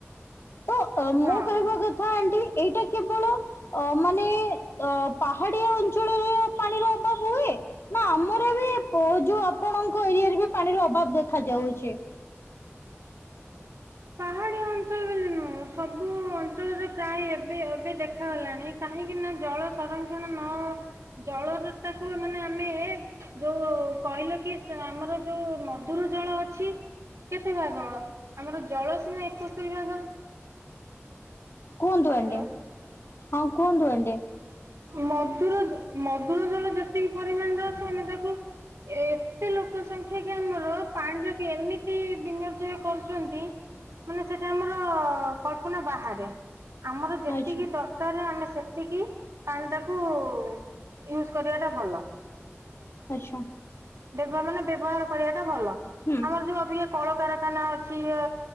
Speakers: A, on the left; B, on the right.
A: ତ ମୋ
B: ହଁ।
A: କହିବା କଥା ଆଣ୍ଟି ଏଇଟା କେବଳ ଅ ମାନେ ଅ ପାହାଡିଆ ଅଞ୍ଚଳରେ ପାଣିର ଅଭାବ ହୁଏ। ନା ଆମର ବି ପ ଯୋଉ ଆପଣଙ୍କ ଏରିଆରେ ବି ପାଣିର ଅଭାବ ଦେଖା ଯାଉଛି?
B: ପାହାଡି ଅଞ୍ଚଳରେ ବୋଲି ନୁହଁ ସବୁ ଅଞ୍ଚଳରେ ପ୍ରାୟ ଏବେ ଏବେ ଦେଖାଗଲାଣି କାହିଁକିନା ଜଳ ସଂରକ୍ଷଣ ନ ଜଳର ଟାକୁ ମାନେ ଆମେ ଯୋଉ କହିଲ କି ସେ ଆମର ଯୋଉ ମଧୁର ଜଳ ଅଛି। କେତେ ଭାଗ ଅ ଆମର ଜଳ ସୀମା ଏକସ୍ତରୀ ଭାଗ।
A: କୁହନ୍ତୁ ଆଣ୍ଟି
B: ହ୍ୟାଲୋ
A: ହଁ କୁହନ୍ତୁ ଆଣ୍ଟି।
B: ମଧୁର ମଧୁର ଜଳ ଯେତିକି ପରିମାଣରେ ଅଛି ଆମେ ତାକୁ ଏତେ ଲୋକ ସଂଖ୍ୟା କି ଆମର ପାଣି ଟାକୁ ଏମିତି ବିନିର୍ଯୟ କରୁଛନ୍ତି
A: ହ <inaudible>
B: ମାନେ ସେଇଟା ଆମର ଅ କଳ୍ପନା ବାହାରେ ଆମର ଯେତିକି
A: ଆଚ୍ଛା
B: ଦରକାର କାର ଆମେ ସେତିକି ପାଣିଟାକୁ ୟୁଜ୍ କରିବାଟା ଭଲ କା
A: ଆଚ୍ଛା।
B: ବ୍ୟବହାର ମାନେ ବ୍ୟବହାର କରିବାଟା ଭଲ
A: ହୁଁ
B: ଆମର ଯୋଉ ଅଭିକା କଳକାରଖାନା ଅଛି ଆ